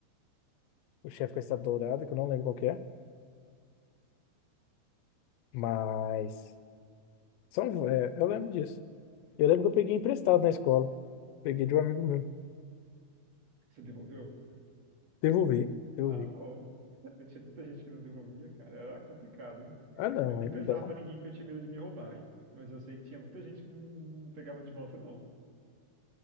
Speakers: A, on the left; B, on the right.
A: O chefe com a Estátua Dourada, que eu não lembro qual que é. Mas. São, é, eu lembro disso. Eu lembro que eu peguei emprestado na escola. Peguei de um amigo meu.
B: Você devolveu?
A: Devolvi, devolvi.
B: Ah, bom. Eu tinha tanta gente que não devolvia, cara. Era complicado, hein?
A: Ah, não,
B: Eu não
A: aí
B: emprestava
A: não dá.
B: pra ninguém porque eu tinha medo de me roubarem. Mas eu sei que tinha muita gente que não não pegava de volta, não.